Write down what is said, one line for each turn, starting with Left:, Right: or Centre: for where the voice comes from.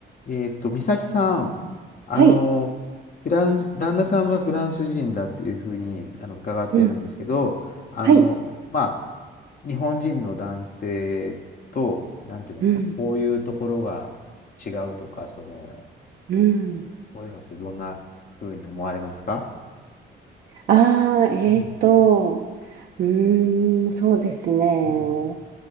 Left: えーっと、美咲さん、あの、
Right: はい。
Left: フランス、旦那さんはフランス人だっていうふうにあの伺ってるんですけど、
Right: うん、
Left: あの、
Right: はい。
Left: まあ、日本人の男性と、なんていうの、
Right: うん、
Left: こういうところが違うとか、その、
Right: うん。
Left: こういうのってどんなふうに思われますか
Right: ああ、えーっと、
Left: うん、
Right: うーん、そうですね。
Left: うん、